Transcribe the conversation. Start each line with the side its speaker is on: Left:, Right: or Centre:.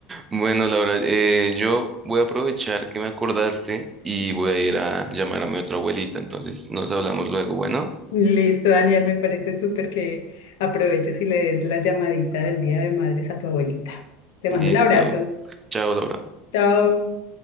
Right: Bueno, Laura, eh, yo voy a aprovechar que me acordaste y voy a ir a llamar a mi otra abuelita. Entonces nos hablamos luego. Bueno,
Left: Listo, Daniel, me parece súper que aproveches y le des la llamadita del Día de Madres a tu abuelita. Te
Right: listo.
Left: mando un abrazo.
Right: Chao, Laura.
Left: Chao.